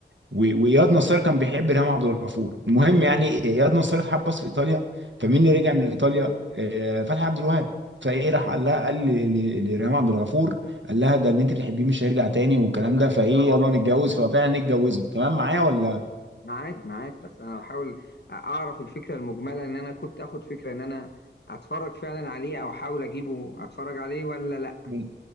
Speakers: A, on the right; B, on the left.
A: و- واياد نصار كان بيحب ريهام عبد الغفور المهم يعني اياد نصار اتحبس في ايطاليا فمين اللي رجع من ايطاليا آه، فتحي عبد الوهاب فايه راح قال لها قال ل- ل- لريهام عبد الغفور قال لها ده اللي انت بتحبيه مش هيرجع تاني والكلام ده فايه يلا نتجوز ففعلا اتجوزوا تمام معايا ولا
B: معاك معاك بس انا بحاول اعرف الفكره المجمله ان انا كنت اخد فكره ان انا اتفرج فعلا عليه او احاول اجيبه اتفرج عليه ولا لا
A: من-